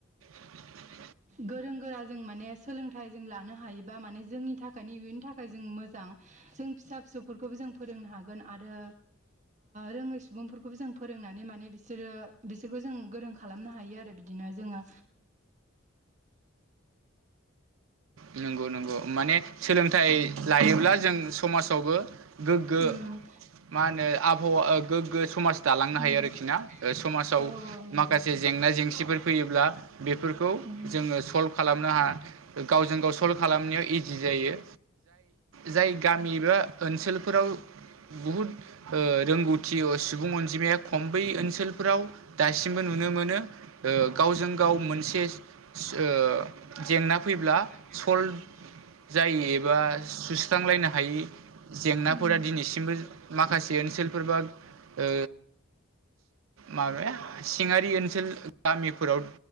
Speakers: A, on the right; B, on the right.
A: <unintelligible>
B: गोरों गोरा जों माने सोलोंथाइ जों लानो हायोबा माने जोंनि थाखायनो इयुननि थाखाय जों मोजां। जों फिसा फिसौफोरखौबो जों फोरोंनो हागोन आरो रोङै सुबुंफोरखौबो जों। फोरोंनानै माने बिसोरो बिसोरखौ जों गोरों खालामनो हायो आरो बिदिनो जोङो।
A: नंगौ नंगौ माने। सोलोंथाइ लायोब्ला जों समाजावबो गोग्गो
B: उम
A: मा होनो आबहावा गोग्गो समाज दालांनो
B: नंगौ
A: हायो आरोखि
B: औ
A: ना समाजाव
B: औ नंगौ
A: माखासे जेंना जेंसिफोर फैयोब्ला बेफोरखौ
B: उम,
A: जोङो सल्भ खालामनो हायो गाव जोंखौ सल्भ खालामनायाव इजि जायो। जाय गामि एबा ओनसोलफोराव बुहुद ओ रोंगौथि सुबुं अनजिमाया खम बै ओनसोलफोराव दासिमबो नुनो मोनो ओ गावजों गाव मोनसे ओ जेंना फैब्ला
B: फैब्ला
A: सल्भ
B: सल्ब
A: जायो एबा सुस्रांलायनो हायै जेंनाफोरा
B: उम,
A: दिनैसिमबो माखासे ओनसोलफोरबा ओ माबाया सिङारि ओनसोल गामिफोराव